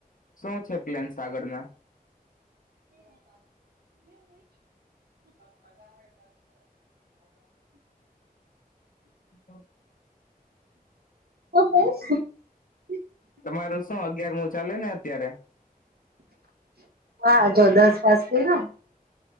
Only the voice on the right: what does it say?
<inaudible>
હા જો દસ પાસ કર્યું.